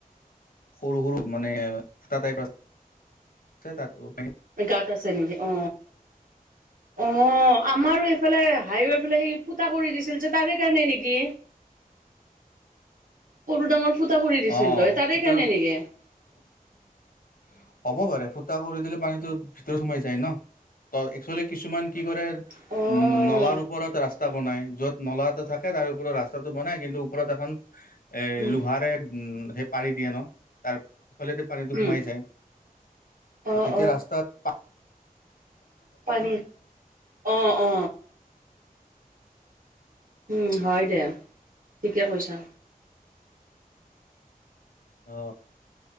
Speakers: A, on the left; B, on the right.
A: সৰু-সৰু মানে ফুটা টাইপ আছে তাত।
B: গাঁত আছে নেকি অ, অ, আমাৰো এইফালে হাইৱেৰফালে সি ফুটা কৰি দিছিল যে, তাৰে কাৰণে নেকি সৰু- ডাঙৰ। ফুটা কৰি দিছিল
A: অ
B: তই, তাৰে
A: ফুটা
B: কাৰণে নেকি।
A: <inaudible> হ'ব পাৰে। ফুটা কৰি দিলে পানীটো ভিতৰত সোমাই যায় ন, ত একচুৱেলি কিছুমান কি কৰে
B: অ',
A: উম' নলাৰ ওপৰত ৰাস্তা ৰাস্তা বনাই, য'ত নলা এটা থাকে তাৰ ওপৰত ৰাস্তাটো বনাই। কিন্তু ওপৰত এখন এ
B: উম,
A: লোহাৰে উম' সেই পাৰি দিয়ে ন। তাৰ সিফালে দি পানীটো
B: উম,
A: সোমাই যায়
B: অ',
A: ত' তেতিয়া ৰাস্তাত পা
B: পানীত, অ অ। উম হয় দে, ঠিকে কৈছা।
A: অ